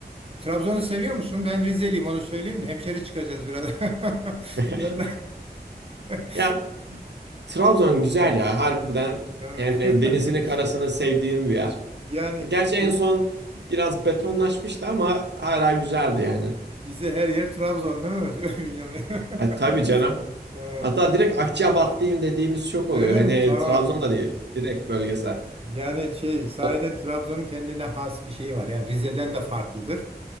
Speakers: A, on the right; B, on the right.
A: Trabzon'u seviyor musun? Ben Rizeliyim onu söyleyeyim de hemşeri çıkacağız biraz. <laughs>
B: <laughs>
A: Biraz. <laughs>
B: ya Trabzon güzel ya harbiden
A: Ha.
B: yani denizini karasını sevdiğim bir yer.
A: <laughs> Yani
B: Gerçi en
A: biz,
B: son biraz betonlaşmıştı ama hala güzeldi yani.
A: bize her yer Trabzon değil mi? <laughs> Bünyamin?
B: E,
A: <laughs>
B: tabii canım.
A: Tamam.
B: Hatta direkt Akçabatlıyım dediğimiz çok oluyor.
A: Öyle
B: Hani
A: mi? Tamam.
B: Trabzon'da değil. Direkt bölgesel.
A: Yani şey sahiden
B: O-
A: Trabzon'un kendine has bir şeyi var. Yani Rize'den de farklıdır.